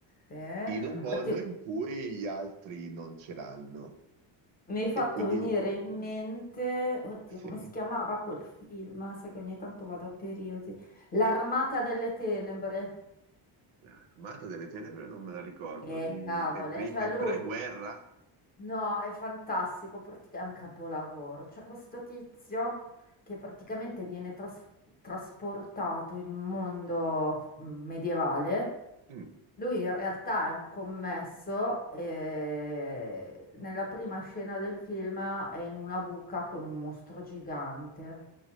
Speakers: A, on the left (about 20°); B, on the right (about 75°).
A: Sì.
B: in un mondo
A: Oddio,
B: in cui gli altri non ce l'hanno.
A: mi hai fatto
B: E quindi,
A: venire in mente, oddio,
B: sì.
A: come si chiamava quel film? Sai che ogni tanto vado a periodi. L'Armata delle Tenebre.
B: L'Armata delle Tenebre non me la ricordo.
A: E
B: Di...
A: cavole,
B: È, pri-
A: cioè
B: è
A: lui,
B: pre-guerra?
A: no, è fantastico, pratica- è un capolavoro. C'è questo tizio che praticamente viene tras- trasportato in un mondo mm, medievale
B: Mm.
A: Lui in realtà è un commesso e nella prima scena del film è in una buca con un mostro gigante,